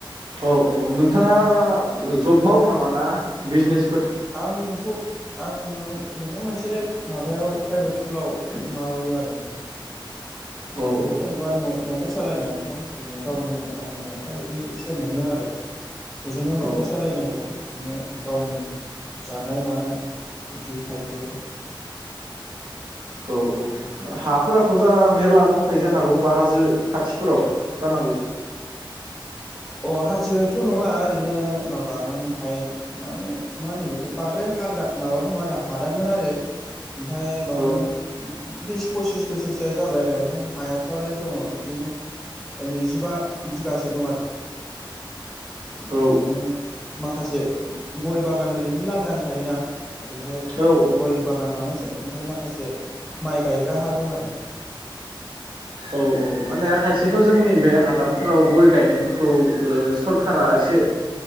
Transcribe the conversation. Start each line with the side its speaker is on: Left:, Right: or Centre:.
Right: औ औ नोंथाङा जब मावो नाङा ना बिजनेसफोर।
Centre: आंथ आं ओरैनो मोनसे माबायाव प्राइभेट स्कुलाव माव वो आरो नोंथां
Right: औ
Centre: ओरैनो
Right: औ
Centre: जेनेबा न नखर सा सालायनो आन्था ओरैनो गावनि बाहायनो आन्था बिदि एसे मोनो आरो। बेजोंनो
Right: औ
Centre: नखर सालायनांगौ बिदिनो गावनि जानाय मानाय बिदि थाजोबो आरो।
Right: औ औ हाफोराथ जा मेरला दंखायो जानांगौ ओमबा हाजो खाथिफोराव जानांगौ।
Centre: <inaudible> अ हाजोआथ नङा ओरैनो माबा माने हाय माने मा होनो बेखौ बारद्राय हाग्रा माबाबो नङा आरो हादानमोन आरो। ओमफाय बावनो
Right: औ
Centre: बिस फसिस बोसोरसोआ जाबाय आरो ओमफाय हायाफ्रालाय दङ। नो नैजिबा बिघासो दं आरो।
Right: औ
Centre: बेयावनो माखासे गय बागान ओरैनो लांदां थायोना बेहाय
Right: औ औ
Centre: गय बागान बानायसै ओमफाय माखासे माइ गायग्रा हा दं आरो।
Right: औ औ माने खायसेथ जोंनि बे हादानफोराव गय गायनायफोरखौ ओ सरकारा एसे